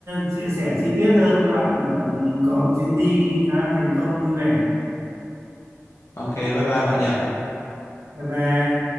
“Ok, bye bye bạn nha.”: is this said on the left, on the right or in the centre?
Left